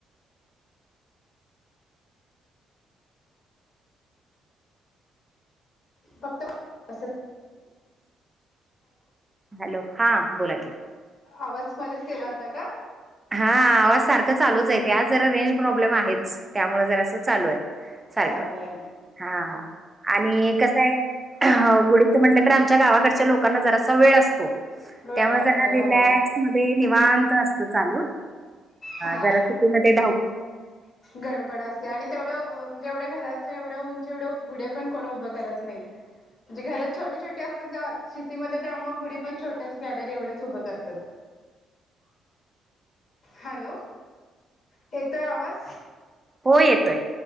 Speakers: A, on the left; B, on the right.
A: फक्त बस <unintelligible>
B: हॅलो हा बोला की
A: आवाज परत गेला होता का?
B: हां आवाज सारखा चालूच आहे ते आज जरा रेंज प्रॉब्लेम आहेच त्यामुळे जरा चालू आहे. सारख
A: चालय
B: हा आणि कसय. म्हंटल तर आमच्या गावाकडच्या लोकांना जरासा वेळ असतो.
A: वेळ
B: त्यामुळे
A: असतो
B: जरा रिलॅक्स
A: हो
B: मध्ये निवांत असतात. चालू
A: हा
B: जरा सिटीमध्ये धावपळ
A: गडबड असते आणि तेवढ जेवढ्या घराच्या एवढ उंच एवढ गुडीपण कोण उभ करत नाही. म्हणजे घर छोटी छोटी असतात सिटीमध्ये त्यामुळ गुडी पण छोटी. च गॅलरी एवढच उभ करतात. हॅलो येतोय आवाज?
B: हो येतोय